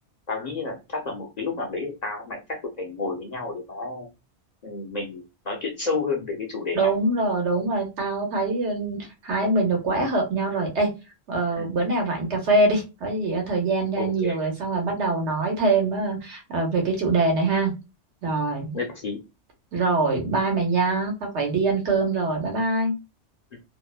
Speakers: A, on the left; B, on the right.
A: tao nghĩ là chắc là một cái lúc nào đấy thì tao với mày chắc là phải ngồi với nhau để mà ừ, mình nói chuyện sâu hơn về cái chủ đề
B: Đúng
A: này
B: rồi, đúng rồi, tao thấy ừ, hai mình được quá hợp nhau rồi. Ê, ờ,
A: Ừ.
B: bữa nào rảnh cà phê đi, có gì á, thời gian ra
A: Ok
B: nhiều rồi xong rồi bắt đầu nói thêm á, ờ, về cái chủ đề này ha. Rồi,
A: nhất trí
B: rồi, bye mày nha, tao phải đi ăn cơm rồi, bye bye.
A: Ừ.